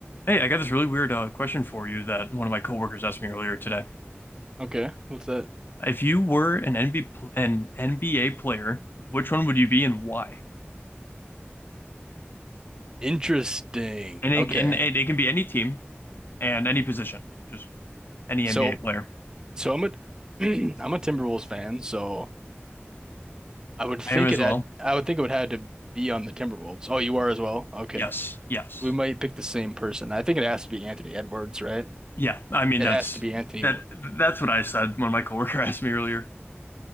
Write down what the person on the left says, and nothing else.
Hey, I got this really weird uh, question for you that one of my coworkers asked me earlier today.
If you were an NBA pl- an NBA player, which one would you be and why?
And it,
and it, it can be any team and any position, just any
NBA player.
I am as
well.
Yes, yes,
yeah. I mean,
that's
that.
That's what I said when my coworker <laughs> asked me earlier.